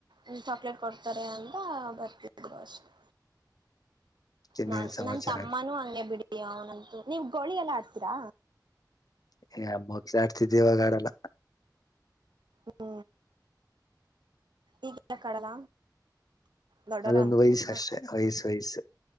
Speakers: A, on the right; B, on the left.
A: ಒಂದ್ ಚಾಕ್ಲೇಟ್ ಕೊಡ್ತಾರೆ ಅಂತ ಬರ್ತಿದ್ರು ಅಷ್ಟೇ
B: ಇನ್ನೇನ್
A: ನಾನ್
B: ಸಮಾಚಾರ
A: ನನ್ ತಮ್ಮನೂ ಹಂಗೆ ಬಿಡು ಯಾವ ನೀವ್ ಗೋಳಿ ಎಲ್ಲಾ ಆಡ್ತೀರಾ
B: <unintelligible> ಆಡ್ತಿದ್ದೇವಿ ಇವಾಗ್ ಆಡಲ್ಲ
A: ಹ್ಮ ಈಗಲ್ಲ ಕಡಲ ದೊಡ್ಡವರ
B: ಅದೊಂದು
A: ಅಂತಾರ
B: ವಯಸ್ಸು ಅಷ್ಟೇ ವಯಸ್ಸು ವಯಸ್ಸು